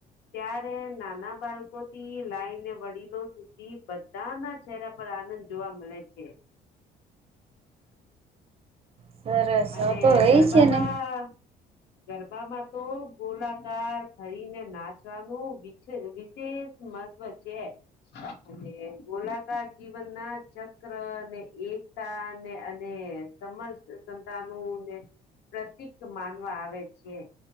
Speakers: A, on the left (about 85°); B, on the right (about 35°).
A: ત્યારે નાના બાળકો થી લાઈને વડીલો સુધી બ ત ના ચહેરા પર આનંદ જોવા મળે છે.
B: સરસ
A: અને
B: હવે તો હોય
A: ગરબામાં
B: છે ને
A: ગરબામાં તો ગોલાકાર ફરીને નાચવાનું વિશેષ મહત્વ છે. અને ગોલાકાર જીવન ના ચક્ર ને એક તા ને અને સમર્સ સંતાનોને પ્રતીક માનવા આવે છે